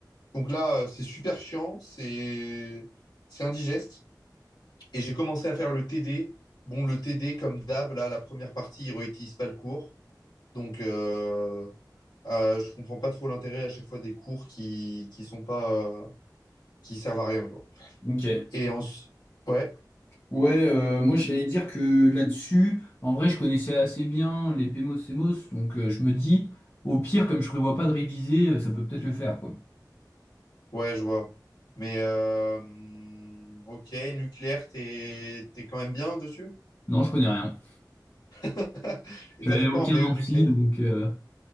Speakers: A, on the left; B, on the left.
A: Donc là, euh, c'est super chiant, c'est c'est indigeste. Et j'ai commencé à faire le TD. Bon, le TD, comme d'hab, là, la première partie, il ne réutilise pas le cours. Donc, euh, euh, je comprends pas trop l'intérêt à chaque fois des cours qui qui sont pas euh, qui servent à rien, quoi.
B: Ok.
A: Et en... ouais.
B: Ouais, euh, moi j'allais dire que là-dessus, en vrai, je connaissais assez bien les PMOS, CMOS, donc euh, je me dis, au pire, comme je prévois pas de réviser, euh, ça peut peut-être le faire, quoi.
A: Ouais, je vois. Mais euh, hum, ok, nucléaire, t'es t'es quand même bien dessus.
B: Non, je connais rien.
A: <laughs> Et
B: Je
A: t'as
B: suis allé
A: fait
B: à
A: quoi
B: aucun
A: en BE
B: amphi,
A: de nucléaire?
B: donc... euh,